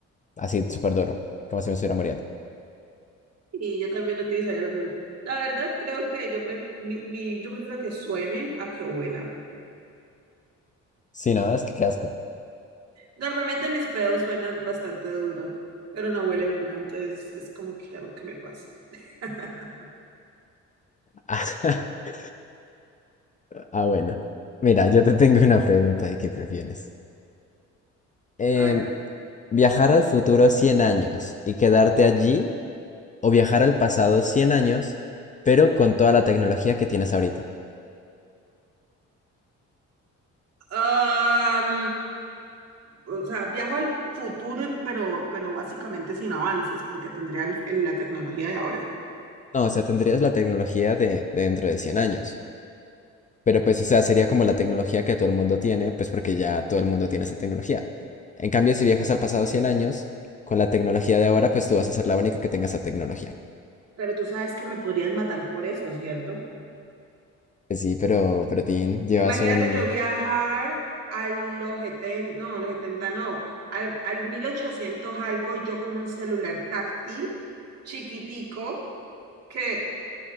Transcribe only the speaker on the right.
Y yo también utilizaría lo mismo. La verdad, creo que yo, pre- mi- mi- yo prefiero que suenen a que huelan.
Normalmente mis pedos suenan bastante duro, pero no huelen a nada, entonces es como que algo que me pasa. <laughs>
A ver.
am, o sea, viajo al futuro, en- pero, pero básicamente sin avances, porque tendría el- el- la tecnología de ahora.
Pero tú sabes que me podrías matar por eso, ¿cierto?
Imagínate
yo viajar a los 70, no, a los 70 no, al, al 1800 algo y yo con un celular táctil, chiquitico, que